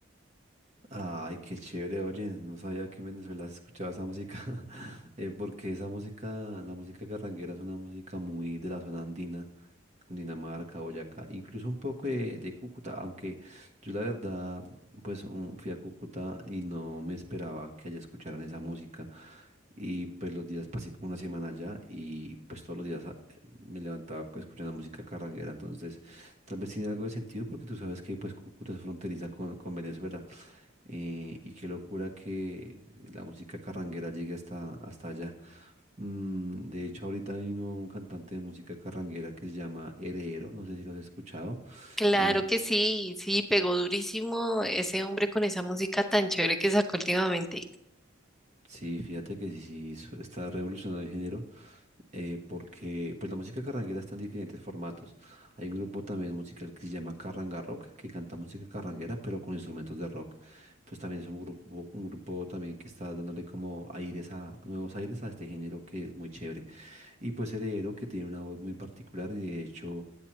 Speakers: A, on the right; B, in the centre.
A: Ay, qué chévere, oye, no sabía que en Venezuela se escuchaba esa música, <laughs> eh, porque esa música, la música carranguera es una música muy de la zona andina, Cundinamarca, Boyacá, incluso un poco de, de Cúcuta, aunque yo la verdad, pues un- fui a Cúcuta y no me esperaba que allá escucharan esa música. Y pues los días pasé como una semana allá y pues todos los días ah, me levantaba co- escuchando música carranguera. Entonces, tal vez tiene algo de sentido porque tú sabes que pues Cúcuta es fronteriza con, con Venezuela. eh, y qué locura que la música carranguera llegue hasta, hasta allá. Mm, de hecho, ahorita vino un cantante de música carranguera que se llama Heredero, no sé si lo has escuchado.
B: Claro
A: eh,
B: que sí, sí, pegó durísimo ese hombre con esa música tan chévere que sacó últimamente.
A: sí, fíjate que sí, sí, su- está revolucionando el género. eh, porque pues la música carranguera está en diferentes formatos. Hay un grupo también musical que se llama Carranga Rock, que canta música carranguera, pero con instrumentos de rock. Entonces también es un grupo, un grupo también que está dándole como aires a, nuevos aires a este género que es muy chévere. Y pues Heredero, que tiene una voz muy particular y de hecho